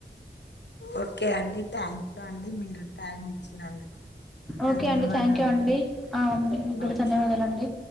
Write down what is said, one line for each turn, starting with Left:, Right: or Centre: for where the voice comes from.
Left: ఓకే అండి థ్యాంక్ యూ అండి మీరు టైం ఇచ్చినందుకు
Centre: ఓకే
Left: ధన్యవాదాలండి
Centre: అండి థ్యాంక్ యూ అండి ఆ మీకు కూడా
Left: ఓకే
Centre: ధన్యవాదాలు అండి